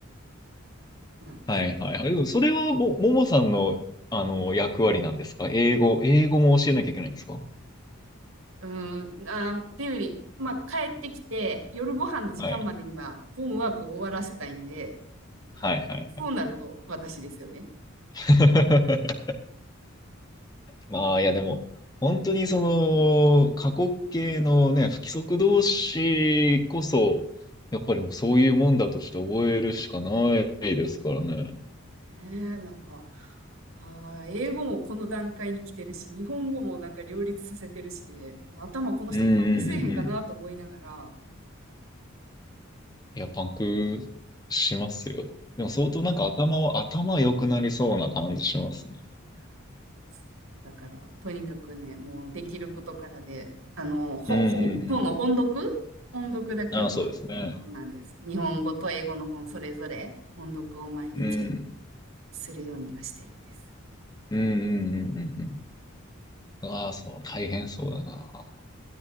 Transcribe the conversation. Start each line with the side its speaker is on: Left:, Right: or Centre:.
Right: なんです。
Left: はいはいはい。でも、それはも、ももさんの、あの、役割なんですか英語、英語も教えなきゃいけないんですか
Right: うん、あー、っていうより、まあ、帰ってきて、夜ご飯の時間までには本ワークを終わらせたいんで、
Left: はい。はいはいはい。
Right: そうなると私ですよね。
Left: <laughs> まあ、いやでも、本当にその、過去形のね、不規則動詞こそ、やっぱりもうそういうもんだとして覚えるしかないですからね。
Right: えー、なんか、あー、英語もこの段階に来てるし、日本語もなんか両立させてるしで、頭この人パンクせえへんかなと思いながら、
Left: うんうんうんうん。いや、パンクしますよ。でも相当なんか頭は、頭良くなりそうな感じしますね。
Right: いやーだから、とにかくね、もうできることからで、あの、ほ本、
Left: うんうんうんうん。
Right: 本の音読音読だけは、
Left: ああ、そうですね。
Right: そうなんです。日本語と英語の本それぞれ音読を毎日
Left: うん。
Right: するようにはしてるんです。
Left: うんうんうんうんうん。ああ、そう、大変そうだな。あ